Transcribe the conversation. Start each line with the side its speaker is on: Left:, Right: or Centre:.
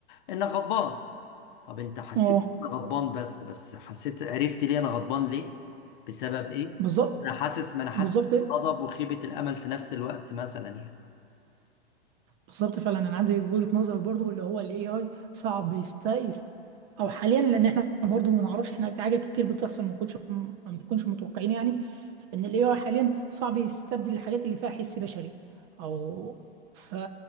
Left: انك غضبان طب انت حسيت
Right: أه
Left: إن انا غضبان بس بس حسيت عرفت ليه انا غضبان ليه بسبب ايه
Right: بالظبط
Left: انا حاسس ما انا حاسس
Right: بالظبط
Left: بغضب وخيبة الامل في نفس الوقت مثلا يعني
Right: بالظبط فعلا انا عندي وجهة نظرك برضو اللي هو الاي اي صعب يست... يست... او حاليا لان احنا برضو ما نعرفش احنا في حاجات كتير بتحصل ما كنتش ما بنكونش متوقعين يعني ان الاي اي حاليا صعب يستبدل الحاجات اللي فيها حس بشري او ف